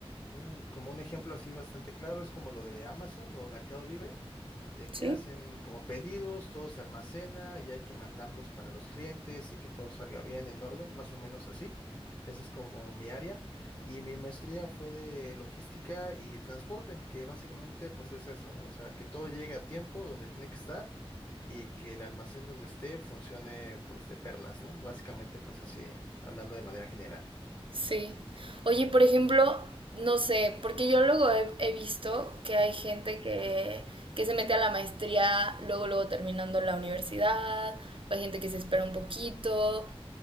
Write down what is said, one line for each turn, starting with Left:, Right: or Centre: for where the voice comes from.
Left: un- como un ejemplo así bastante claro es como lo de Amazon o Mercado Libre, de que
Right: ¿Sí?
Left: hacen como pedidos, todo se almacena y hay que mandarlos para los clientes y que todo salga bien en orden, más o menos así. Esa es como mi área. Y mi maestría fue de logística y transporte, que básicamente pues es eso, o sea, que todo llegue a tiempo donde tiene que estar y que el almacén donde esté funcione pues de perlas, ¿no? Básicamente pues así, hablando de manera general.
Right: Sí. Oye, por ejemplo, no sé, porque yo luego he, he visto que hay gente que, que se mete a la maestría luego, luego terminando la universidad, o hay gente que se espera un poquito.